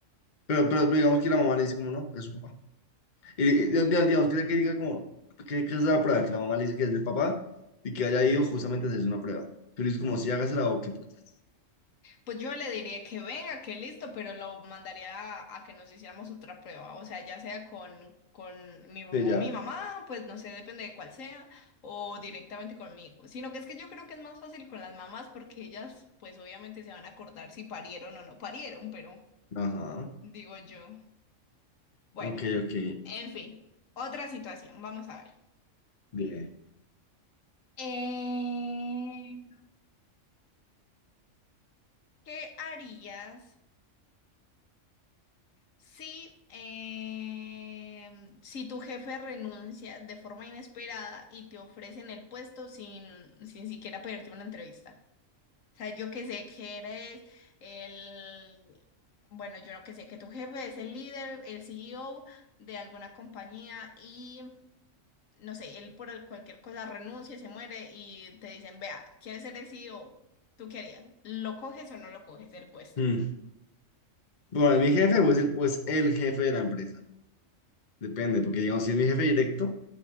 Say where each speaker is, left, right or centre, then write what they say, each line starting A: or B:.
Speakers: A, on the left (about 40°); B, on the left (about 85°).
A: Pero, pero, pero digamos que la mamá le dice como no, es su papá. Eh, digamos, digamos que, ella que diga como, que, que es la prueba, que la mamá le dice que es el papá y que haya ido justamente a hacerse una prueba. Pero es como si hágasela o qué putas.
B: Pues yo le diría que venga, que listo, pero lo mandaría a, a que nos hiciéramos otra prueba, o sea, ya sea con, con mi papá
A: Sí, ya.
B: o mi mamá, pues no sé, depende de cuál sea, o directamente conmigo. Sino que es que yo creo que es más fácil con las mamás porque ellas, pues obviamente se van a acordar si parieron o no parieron, pero
A: Ajá.
B: digo yo. Bueno,
A: Ok, ok.
B: en fin, otra situación, vamos a ver.
A: Bien.
B: Eh, ¿qué harías? Sí, em, si tu jefe renuncia de forma inesperada y te ofrecen el puesto sin, sin siquiera pedirte una entrevista. O sea, yo que sé que eres el, bueno, yo no que sé que tu jefe es el líder, el CEO de alguna compañía y, no sé, él por el- cualquier cosa renuncia, se muere y te dicen, vea, ¿quieres ser el CEO? ¿Tú qué harías? ¿Lo coges o no lo coges el puesto?
A: Mm. Bueno, ¿es mi jefe o es, el, o es el jefe de la empresa? Depende, porque digamos, si es mi jefe directo,